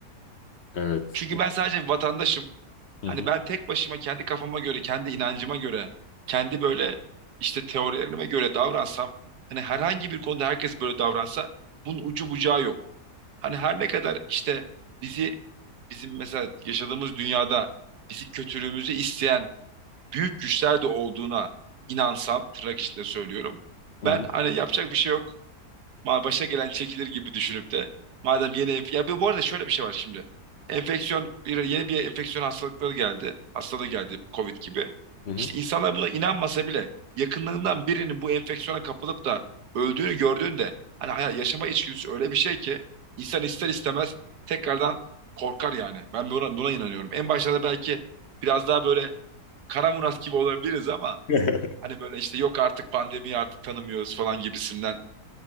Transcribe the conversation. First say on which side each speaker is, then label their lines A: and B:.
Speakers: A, on the left; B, on the right.
A: Evet.
B: Çünkü ben sadece bir vatandaşım.
A: Hı
B: Hani
A: hı.
B: ben tek başıma kendi kafama göre, kendi inancıma göre, kendi böyle işte teorilerime göre davransam, hani herhangi bir konuda herkes böyle davransa bunun ucu bucağı yok. Hani her ne kadar işte bizi bizim mesela yaşadığımız dünyada bizi kötülüğümüzü isteyen büyük güçler de olduğuna inansam, tırnak içinde söylüyorum.
A: Hı
B: Ben
A: hı.
B: hani yapacak bir şey yok. Ma- başa gelen çekilir gibi düşünüp de. Madem yeni enf- ya bu bu arada şöyle bir şey var şimdi. Enfeksiyon bir yeni bir enfeksiyon hastalıkları geldi. Hastalığı geldi Covid gibi.
A: Hı hı.
B: İşte insanlar buna inanmasa bile yakınlarından birinin bu enfeksiyona kapılıp da öldüğünü gördüğünde hani hay- yaşama içgüdüsü öyle bir şey ki insan ister istemez tekrardan korkar yani. Ben buna, buna inanıyorum. En başlarda belki biraz daha böyle kara murat gibi olabiliriz ama
A: <laughs>
B: hani böyle işte yok artık pandemiyi artık tanımıyoruz falan gibisinden